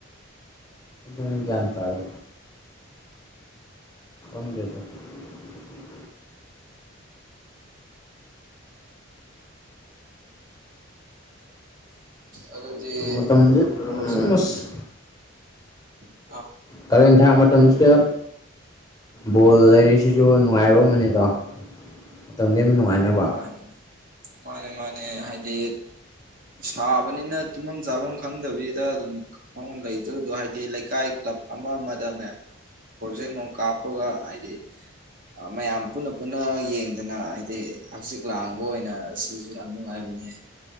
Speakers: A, on the left (about 15°); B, on the right (about 40°).
A: ꯑ ꯭ꯌꯥ ꯇꯔꯦ <inaudible>
B: ꯑꯗꯨꯗꯤ
A: ꯃꯇꯝꯁꯦ
B: ꯑꯗꯨꯝ ꯍꯧꯖꯤꯛ
A: ꯑꯁ
B: ꯎ
A: ꯀꯥꯔꯦꯟ ꯊꯥ ꯃꯇꯝꯁꯤꯗ ꯕꯣꯜ ꯂꯩꯔꯤꯁꯤꯁꯨ ꯅꯨꯡꯉꯥꯏꯕ ꯑꯃꯅꯦꯗꯣ ꯑꯗꯨ ꯅꯨꯡꯉꯥꯏꯅꯕ
B: ꯃꯥꯅꯦ ꯃꯥꯅꯦ ꯃꯥꯅꯦ ꯍꯥꯏꯗꯤ ꯁꯥꯕꯅꯤꯅ ꯇꯨꯝꯐꯝ ꯆꯥꯐꯝ ꯈꯪꯗꯕꯤꯗ ꯑꯗꯨꯝ ꯂꯩꯗꯔꯤꯗꯣ ꯍꯥꯏꯗꯤ ꯂꯩꯀꯥꯏ ꯀ꯭ꯂꯕ ꯑꯃ ꯑꯃꯗ ꯃꯌꯥꯝ ꯄ꯭ꯔꯣꯖꯦꯛ ꯑꯃ ꯀꯥꯞꯄꯒ ꯍꯥꯏꯗꯤ ꯃꯌꯥꯝ ꯄꯨꯟꯅ ꯄꯨꯟꯅ ꯌꯦꯡꯗꯅ ꯍꯥꯏꯗꯤ ꯍꯪꯆꯤꯛ ꯂꯥꯡꯕ ꯑꯣꯏꯅ ꯁꯤꯁꯨ ꯌꯥꯝ ꯅꯨꯡꯉꯥꯏꯕꯅꯦ